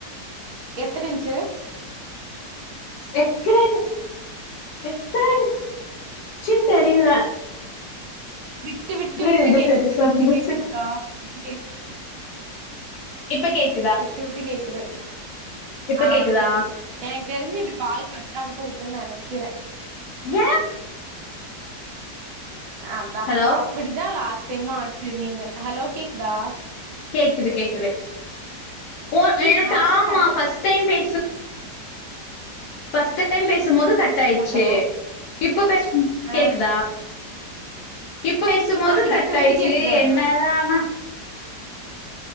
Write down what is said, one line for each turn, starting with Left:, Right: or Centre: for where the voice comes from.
Right: எத்தர இஞ்சு
Left: எத்திரன் எத்திரன் ச்சுன்னு தெரில
Right: விட்டு விட்டு விட்டு
Left: இதுதான்
Right: கேக்குது
Left: பெருசா
Right: விட்டு
Left: இருந்துச்சு.
Right: கேக்குதுக்கா விட்டு கேக்குது
Left: இப்ப கேக்
Right: விட்டு விட்டு கேக்குது
Left: இப்ப
Right: ஆ
Left: கேக்குதா?
Right: கேக்கு எனக்கு தெரிஞ்சு இது கால் கட்டாக போகுதுன் நெனைக்கிறே
Left: ஏ
Right: ஆ தப்
Left: ஹலோ
Right: அப்டி தா லாஸ்ட் டைமு ஆச்சு நீங்க ஹலோ கேக்குதா
Left: கேக்குது கேக்குது ஓ எனக்கு
Right: நா
Left: ஆமா
Right: கட்
Left: ஃபஸ்ட் டைம் பேசு ஃபஸ்ட் டைம் பேசும்போது கட்டாயிர்ச்சு
Right: ஹலோ
Left: இப்ப பே
Right: ஆ
Left: கேக்குதா இப்ப பேசு போது
Right: ஆ விட்டு
Left: கட்டாயிர்ச்சு
Right: விட்டு கேக்குது ஆனா
Left: என்னதானா